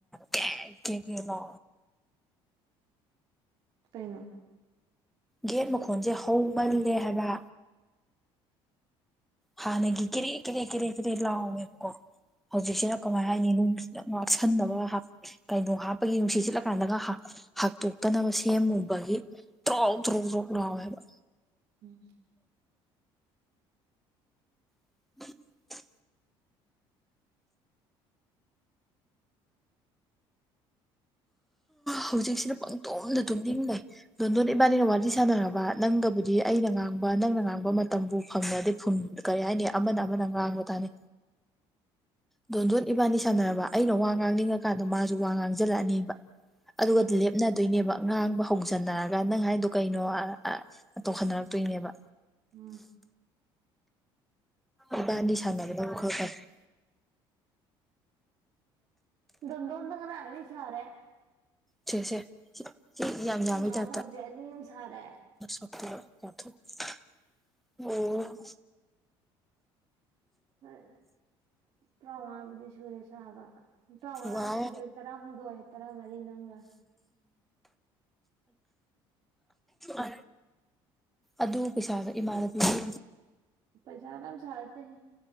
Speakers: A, in the centre; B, on the right.
A: ꯀꯦ ꯀꯦꯒ ꯂ
B: ꯀꯩꯅꯩꯅ
A: ꯒꯦꯠ ꯃꯈꯣꯟꯁꯦ ꯍꯧꯃꯜꯂꯦ ꯍꯥꯏꯕ ꯍꯥꯟꯅꯒꯤ
B: ꯎꯝ
A: ꯀꯦꯔꯦ ꯀꯦꯔꯦ ꯀꯦꯔꯦ ꯀꯦꯔꯦ ꯂꯥꯎꯋꯦꯕꯀꯣ ꯍꯧꯖꯤꯛꯁꯤꯅ ꯀꯃꯥꯏ ꯍꯥꯏꯅꯤ ꯉꯥꯛꯁꯟꯅꯕ ꯀꯩꯅꯣ ꯍꯥꯞꯄꯒꯤ ꯅꯨꯡꯁꯤꯠ ꯁꯤꯠꯂꯀꯥꯟꯗꯒ ꯍꯥꯇꯣꯛꯇꯅꯕ ꯁꯦꯝꯃꯨꯕ ꯊ꯭ꯔꯣ ꯊ꯭ꯔꯨ ꯊ꯭ꯔꯨ ꯂ ꯍꯥꯏꯕ
B: ꯎꯝ
A: <inaudible>
B: <unintelligible>
A: ꯍꯧꯖꯤꯛꯁꯤꯅ ꯄꯪꯇꯣꯝꯅ ꯇꯨꯝꯅꯤꯡꯡ ꯂꯩꯩ ꯂꯣꯟꯗꯣꯟ ꯏꯕꯥꯅꯤꯒ ꯋꯥꯔꯤ ꯁꯥꯟꯅꯔꯕ ꯅꯪꯒꯕꯨꯗꯤ ꯑꯩ ꯑꯩꯅ ꯉꯥꯡꯕ ꯅꯪꯅ ꯉꯥꯡꯕ ꯃꯇꯝꯕꯨ ꯐꯪꯉꯗꯤ ꯐ ꯀꯔꯤ ꯍꯥꯏꯅꯤ ꯑꯃꯅ ꯑꯃꯅ ꯉꯥꯡꯕ ꯇꯥꯅꯤ
B: <inaudible>
A: ꯗꯣꯟꯗꯣꯟ ꯏꯕꯥꯅꯤ ꯁꯥꯟꯅꯔꯕ ꯑꯩꯅ ꯋꯥ ꯉꯥꯡꯅꯤꯡꯉꯀꯥꯟꯗ ꯃꯥꯁꯨ ꯋꯥ ꯉꯥꯡꯖ ꯍꯖꯤꯜꯂꯛꯑꯅꯦꯕ ꯑꯗꯨꯒ
B: ꯎꯝ
A: ꯂꯦꯞꯅꯗꯣꯏꯅꯦꯕ ꯉꯥꯡꯕ ꯍꯣꯡꯖꯟꯅꯔꯒ ꯅꯪ ꯍꯥꯏꯗꯣ ꯀꯩꯅꯣ ꯇꯣꯛꯍꯅꯔꯛꯇꯣꯏꯅꯦꯕ
B: ꯎꯝ
A: ꯏꯕꯥꯅꯤ ꯁꯥꯟꯅꯕꯗ ꯑꯃꯨꯛ ꯈꯔ ꯐꯔ
B: ꯇꯣꯗꯅꯤ ꯆꯔꯦ
A: ꯁꯦ ꯁꯦ ꯌꯥꯝ
B: ꯁꯨꯝ
A: ꯌꯥꯝꯃꯤꯃꯦ
B: ꯃꯨꯂꯥꯗ
A: ꯇꯇ
B: ꯍꯧꯖꯤꯛ ꯑꯅꯤ ꯑꯃ ꯁꯥꯔꯦ
A: ꯁꯊ ꯑꯣꯝ
B: ꯣꯏ ꯇꯔꯥꯃꯉꯥꯕꯨꯗꯤ ꯁꯨꯔꯦ ꯁꯥꯕ ꯇꯥꯃꯉꯥ
A: ꯋꯥꯎ
B: ꯁꯨꯗ꯭ꯔꯦ ꯇꯔꯥꯍꯨꯝꯗꯣꯏ ꯇꯔꯥꯃꯔꯤ ꯅꯪꯒ
A: ꯑ ꯑꯗꯨ ꯄꯩꯁꯥꯒ ꯏꯃꯥꯟꯅ ꯑꯗꯨ
B: ꯄꯩꯁꯥꯅ ꯁꯥꯔꯠꯇ ꯍ